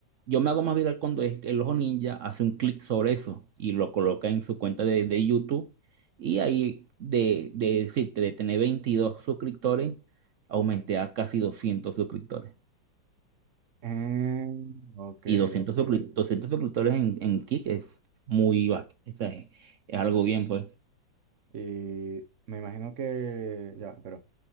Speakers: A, on the right (about 65°); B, on the right (about 45°).
A: Yo me hago más viral cuando es que el Ojo Ninja hace un clic sobre eso y lo coloca en su cuenta de, de YouTube y ahí de, de decirte, de tener 22 suscriptores, aumenté a casi 200 suscriptores.
B: Eh, ok,
A: Y doscientos
B: ok.
A: suscrip- 200 suscriptores en, en Kick es muy bajo. O sea, Es, es algo bien, pues.
B: Y me imagino que ya, pero